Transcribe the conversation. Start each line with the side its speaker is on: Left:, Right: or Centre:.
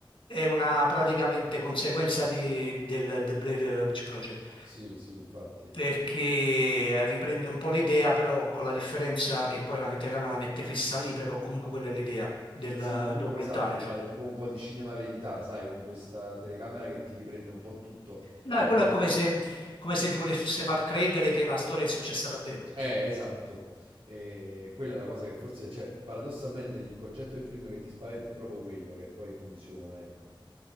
Left: è una praticamente conseguenza di- del The Blair Witch Project,
Right: Sì, sì, infatti.
Left: perché riprende un po' l'idea, però con la differenza che poi la telecamera la mette fissa lì, però comunque quella è l'idea del
Right: Sì, comunque
Left: documentario,
Right: esatto, di
Left: diciamo.
Right: fare tipo un po' di cinema verità, sai, con questa telecamera che ti riprende un po' tutto.
Left: No,
Right: E
Left: è quello
Right: proprio...
Left: è come se, come se ti volesse far credere che la storia è successa davvero.
Right: Eh, esatto. E quella è la cosa che forse, cioè, paradossalmente il concetto del film che ti spaventa è proprio quello che poi funziona, ecco.